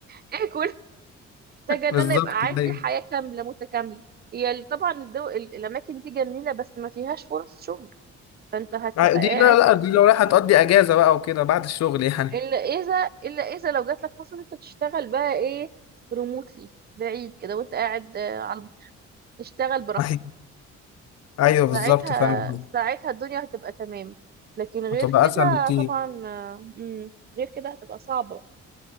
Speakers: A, on the right; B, on the left.
A: <laughs> اكل محتاجة ان
B: بالظبط
A: انا يبقى
B: دي
A: عندي حياة كاملة متكاملة هي ال- طبعا الدو... ال- الاماكن دي جميلة بس ما فيهاش فرص شغل فانت هتبقى
B: آه، دي
A: قاعد
B: لا لا دي لو رايحة تقضي أجازة بقى وكده بعد الشغل يعني
A: الا اذا الا اذا لو جات لك فرصة ان انت تشتغل بقى ايه ريموتلي بعيد كده وانت قاعد آه، على اشتغل براحتك
B: <laughs> أيوه أيوه بالظبط
A: ساعتها
B: فاهم قصدي.
A: ساعتها الدنيا هتبقى تمام لكن غير
B: هتبقى
A: كده
B: أسهل بكتير
A: طبعا آه، مم، غير كده هتبقى صعبة